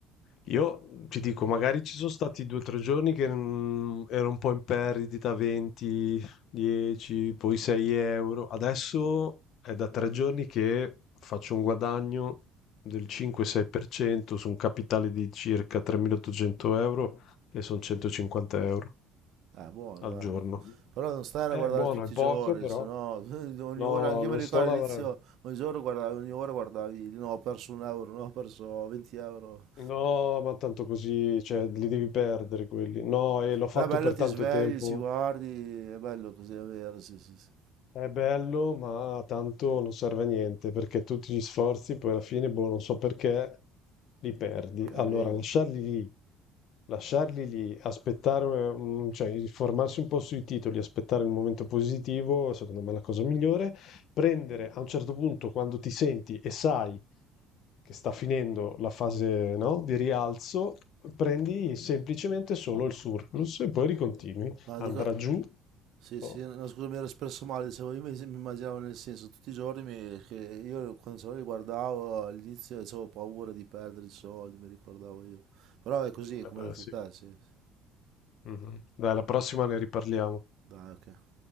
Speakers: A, on the left; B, on the right.
A: io ti dico, magari ci sono stati due o tre giorni che mm, ero un po' in perdita, 20, 10, poi 6 euro. Adesso è da tre giorni che faccio un guadagno del 5-6% su un capitale di circa 3.800 euro e sono 150 euro
B: Eh, buono,
A: al
B: dai.
A: giorno.
B: Però non stare
A: È
B: a guardare
A: buono,
B: tutti
A: è poco,
B: i giorni,
A: però
B: se no <laughs> ogni
A: no,
B: ora, anche io
A: non
B: mi ricordo
A: sto a
B: all'inizio,
A: lavorare.
B: ogni giorno guardavi, ogni ora guardavi, no, ho perso un euro, no, ho perso 20 euro.
A: No, ma tanto così, cioè, li devi perdere quelli. No, e l'ho fatto
B: Però è bello,
A: per
B: ti
A: tanto
B: svegli,
A: tempo.
B: ci guardi, è bello così, è vero, sì, sì, sì.
A: È bello, ma tanto non serve a niente perché tutti gli sforzi poi alla fine, boh, non so perché, li perdi.
B: È
A: Allora,
B: vero.
A: lasciarli lì, lasciarli lì, aspettare, mm, cioè informarsi un po' sui titoli, aspettare il momento positivo, secondo me è la cosa migliore. Prendere a un certo punto, quando ti senti e sai che sta finendo la fase, no, di rialzo, prendi semplicemente solo il surplus e poi ricontinui.
B: No,
A: Andrà
B: dico,
A: giù.
B: sì,
A: Boh,
B: sì, no, scusa, mi ero espresso male, dicevo, io mi, mi immaginavo nel senso, tutti i giorni mi- che io quando solo li guardavo all'inizio avevo paura di perdere i soldi, mi ricordavo io. Però è così,
A: vabbè,
B: come hai detto
A: sì.
B: te, sì. sì.
A: Mh-mh. Dai, alla prossima ne riparliamo.
B: Dai, ok.